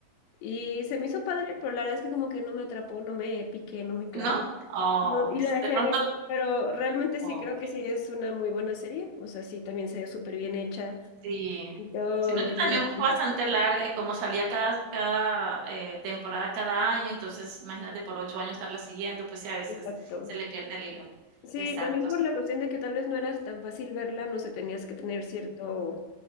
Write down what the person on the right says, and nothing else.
¿no? Oh,
s
de pronto
okey,
sí.
Sino
que también
fue bastante larga y como salía cada cada, eh, temporada cada año, entonces imagínate por 8 años estarla siguiendo, pues sí, a veces
se le pierde el hilo.
Exacto,
sí.